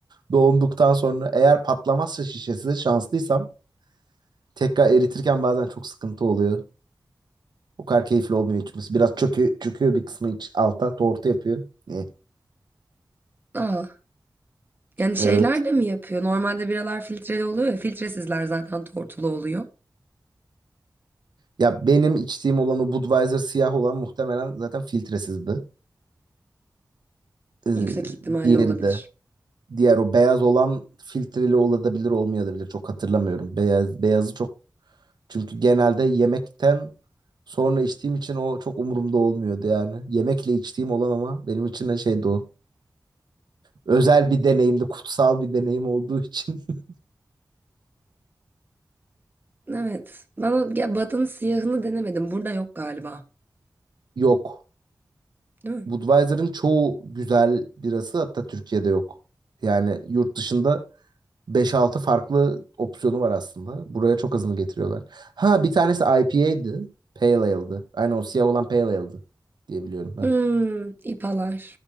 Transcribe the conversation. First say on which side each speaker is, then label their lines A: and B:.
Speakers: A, on the right (about 75°); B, on the right (about 25°).
A: Doğunduktan sonra eğer patlamazsa şişesi şanslıysam tekrar eritirken bazen çok sıkıntı oluyor. O kadar keyifli olmuyor içmesi. Biraz çöküyor, çöküyor bir kısmı iç, alta tortu yapıyor. Eh,
B: Aa, yani şeyler
A: Evet.
B: de mi yapıyor? Normalde biralar filtreli oluyor ya. Filtresizler zaten tortulu oluyor.
A: Ya benim içtiğim olan o Budweiser siyah olan muhtemelen zaten filtresizdi. Ee,
B: Yüksek ihtimalle
A: diğeri
B: olabilir.
A: de. Diğer o beyaz olan filtreli olabilir olmayabilir. Çok hatırlamıyorum. Beyaz, beyazı çok. Çünkü genelde yemekten sonra içtiğim için o çok umurumda olmuyordu yani. Yemekle içtiğim olan ama benim için de şeydi o. Özel bir deneyimdi, kutsal bir deneyim olduğu için <laughs>
B: Evet. Ben o ya Bad'ın siyahını denemedim. Burada yok galiba.
A: yok.
B: Değil mi?
A: Budweiser'ın çoğu güzel birası hatta Türkiye'de yok. Yani yurt dışında Beş altı farklı opsiyonu var aslında. Buraya çok azını getiriyorlar. Ha bir tanesi IPA'ydı. Pale Ale'dı. Aynen o siyah olan Pale Ale'dı diye biliyorum ben.
B: Hmm, ipalar.